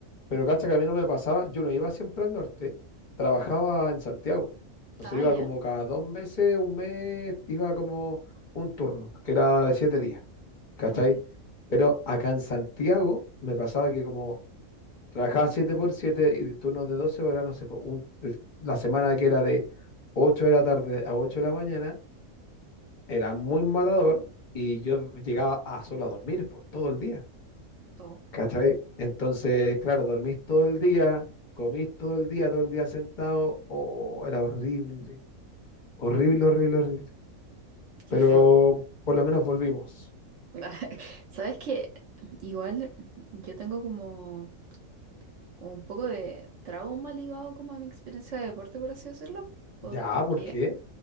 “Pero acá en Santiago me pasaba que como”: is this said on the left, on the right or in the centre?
Left